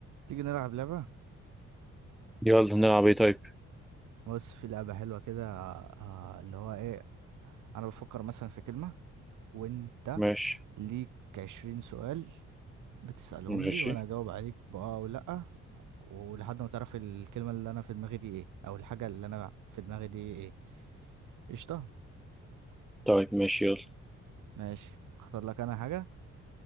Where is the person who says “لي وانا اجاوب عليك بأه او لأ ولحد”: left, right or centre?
Right